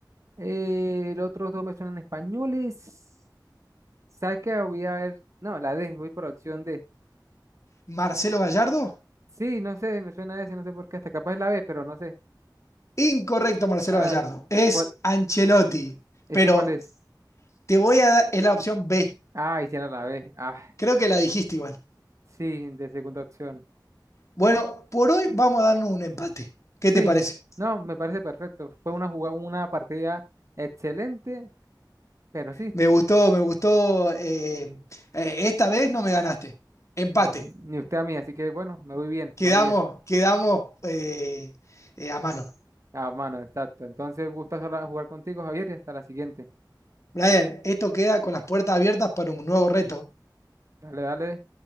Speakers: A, on the right; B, on the left.
A: Eh, los otros dos me suenan españoles. ¿Sabes qué? Voy a ver. No, la D, voy por la opción D.
B: ¿Marcelo Gallardo?
A: Sí, no sé, me suena a ese, no sé por qué. Hasta capaz es la B, pero no sé.
B: Incorrecto, Marcelo
A: Ah,
B: Gallardo. Es
A: ¿cuál?
B: Ancelotti.
A: ¿Ese
B: Pero
A: cuál es?
B: te voy a dar es la opción B.
A: Ah, hicieron la B. Ah,
B: Creo que la dijiste igual.
A: sí, de segunda opción.
B: Bueno, por hoy vamos a darnos un empate. ¿Qué
A: Sí,
B: te parece?
A: no, me parece perfecto. Fue una jugada, una partida excelente, pero sí,
B: Me gustó, me gustó. eh, eh, esta vez no me ganaste. Empate.
A: n- ni usted a mí, así que bueno, me voy bien,
B: Quedamos,
A: me voy bien.
B: quedamos eh, eh, a mano.
A: Ah, mano, exacto. Entonces, un gusto jugar contigo, Javier, y hasta la siguiente.
B: Brian, esto queda con las puertas abiertas para un nuevo reto.
A: Dale, dale.